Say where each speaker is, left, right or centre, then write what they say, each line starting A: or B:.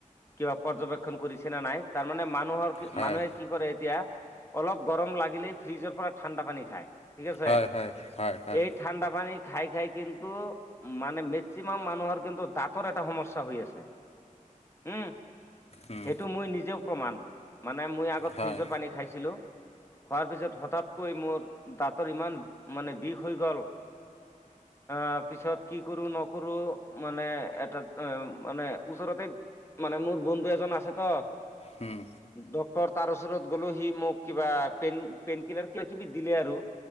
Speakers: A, on the left; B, on the left.
A: কিবা পৰ্যবক্ষণ কৰিছে নে নাই তাৰে মানে, মানুহৰ কি
B: হয়
A: মানুহে কি কৰে এতিয়া অলপ গৰম লাগিলেই ফ্ৰিজৰ পৰা ঠাণ্ডা পানী খায়। ঠিক আছে
B: হয় হয় হয় হয়
A: এই ঠাণ্ডা পানী, খাই খাই কিন্তু মানে মেক্সিমাম মানুহৰ কিন্তু দাঁত তৰ এটা সমস্যা হৈ আছে। উম সেইটো
B: উম
A: মই নিজে প্ৰমাণ মানে মই আগত
B: হয়
A: ফ্ৰীজৰ পানী খাই খোৱাৰ পিছত হঠাতকৈ মোৰ দাঁতৰ ইমান মানে বিষ হৈ গ'ল। অ' পিছত কি কৰো নকৰো মানে এটা এ মানে ওচৰতে মানে মোৰ বন্ধু এজন আছে তো
B: উম
A: ডক তৰ তাৰ ওচৰত গ'লো সি মোক কিবা পেইন পেইন কিলাৰ কিবা কিবি দিলে আৰু